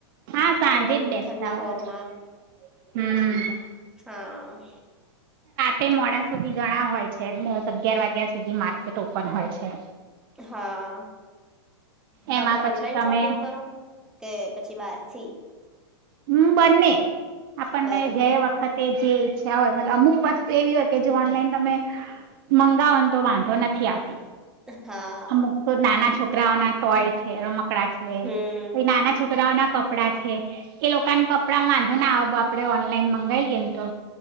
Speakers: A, on the right; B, in the centre.
A: હા સાંજે
B: થોડોક
A: જ બેસતા
B: ઠંડા
A: હોય
B: પોરમાં
A: છે. હમ.
B: હા.
A: તે મોડા સુધી ઘણા હોય છે દસ અગિયાર વાગ્યા સુધી માર્કેટ ઓપન હોય છે.
B: હા. તમે
A: એમાં પછી
B: ઓનલાઈન
A: તમે
B: શોપિંગ કરો કે પછી બારથી
A: હમ બંને આપણને
B: બરાબર
A: જે વખતે જે <unintelligible> હોય મતલબ અમુક વસ્તુ એવી હોય કે જે ઓનલાઈન તમે મંગાવોન તો વાંધો નથી આવતી.
B: હા,
A: અમુક તો નાના છોકરાઓના ટોય છે રમકડા છે
B: હમ,
A: નાના છોકરાઓના કપડાં છે એ લોકાન કપડાં વાંધો ના આવે આપડે ઓનલાઈન મંગાવીએ ને તો